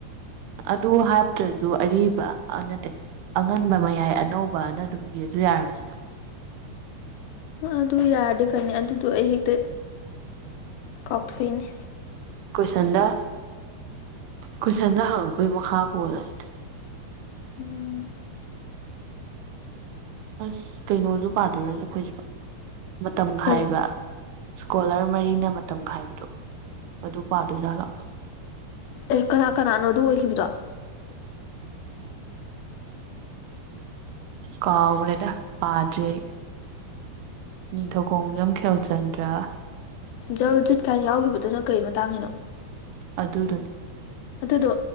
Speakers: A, on the right; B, on the left.
A: ꯑꯗꯨ ꯍꯥꯞꯇ꯭ꯔꯁꯨ ꯑꯔꯤꯕ ꯅꯠꯇꯦ ꯑꯉꯟꯕ ꯃꯌꯥꯏ ꯑꯅꯧꯕꯅ ꯑꯗꯨꯝ ꯏꯁꯨ ꯌꯥꯔꯕꯅꯤꯅ
B: ꯑꯗꯨ ꯌꯥꯔꯗꯤ ꯐꯅꯤ ꯑꯗꯨꯗꯣ ꯑꯩ ꯍꯦꯛꯇ ꯀꯥꯎꯊꯣꯛꯏꯅꯤ
A: ꯀꯣꯏꯁꯟꯗ ꯀꯣꯏꯁꯟꯗ ꯍꯪꯉꯛꯄꯒꯤ ꯃꯈꯥ ꯄꯣꯂ ꯑꯩꯅ
B: ꯎꯝ
A: ꯑꯁ ꯀꯩꯅꯣꯁꯨ ꯄꯥꯗꯣꯔꯁꯦ ꯑꯩꯈꯣꯏꯁꯨ ꯃꯇꯝ
B: ꯀꯔꯤ
A: ꯈꯥꯏꯕ ꯏꯁꯀꯣꯂꯔ ꯃꯔꯤꯅ ꯃꯇꯝ ꯈꯥꯏꯕꯗꯣ ꯑꯗꯨꯗꯨ ꯄꯥꯗꯣꯏꯖꯥꯠꯂꯣ
B: ꯑꯦ ꯀꯅꯥ ꯀꯅꯥꯅꯣ ꯑꯗꯨ ꯑꯣꯏꯈꯤꯕꯗꯣ
A: ꯀꯥꯎꯅ ꯄꯥꯖ ꯅꯤꯡꯊꯧ ꯈꯣꯡꯖꯝ ꯈꯦꯜꯆꯟꯗ꯭ꯔ
B: ꯖꯜ ꯖꯤꯠ ꯀꯥꯏꯅ ꯌꯥꯎꯈꯤꯕꯗꯨꯅ ꯀꯩ ꯃꯇꯥꯡꯒꯤꯅꯣ
A: ꯑꯗꯨꯗꯅꯤ
B: ꯑꯗꯨꯗꯣ